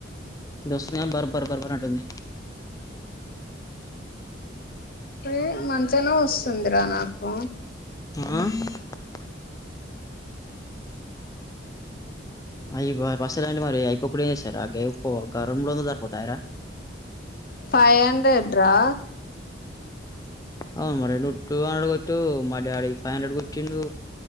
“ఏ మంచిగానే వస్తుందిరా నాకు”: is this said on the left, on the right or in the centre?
Left